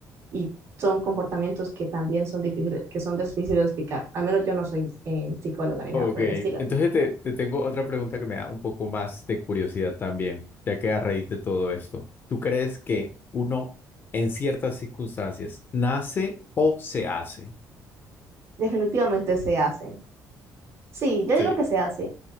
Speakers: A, on the right; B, on the left.
A: Y son comportamientos que también son difíciles, que son difíciles de explicar. Al menos yo no soy eh, psicóloga ni nada
B: Ok,
A: por el estilo.
B: entonces te, te tengo otra pregunta que me da un poco más de curiosidad también, ya que a raíz de todo esto, ¿tú crees que uno en ciertas circunstancias nace o se hace?
A: Definitivamente se hace. Sí, yo
B: ¿Sí?
A: digo que se hace.